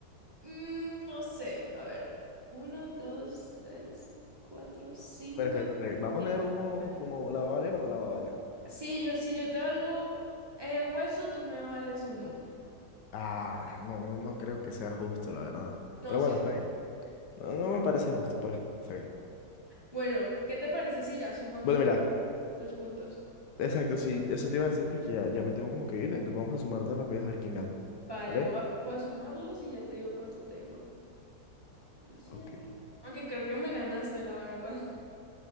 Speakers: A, on the right; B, on the left.
A: mm, no sé, a ver. Uno, dos, tres, cuatro, cinco,
B: Pero, espera espere, ¿va a
A: 550.
B: poner humo como la va a valer o no la va a valer?
A: Sí, yo, si yo te valgo eh, hueso, tú me vales humo.
B: Ah, no, no, no creo que sea justo, la verdad.
A: No,
B: Pero
A: sí.
B: bueno,
A: es-
B: está bien. No, no me parece justo, pero está bien.
A: Bueno, ¿qué te parece si ya sumamos
B: Bueno,
A: lo-
B: mira,
A: los puntos?
B: Exacto, sí, eso te iba a decir porque ya, ya me tengo como que ir, entonces vamos a sumar de rapidez a ver quién gana.
A: Vale,
B: ¿Vale?
A: voy a, voy a sumarlos y ya te digo cuánto tengo. 400.
B: Ok.
A: Aunque creo que me ganaste, la verdad.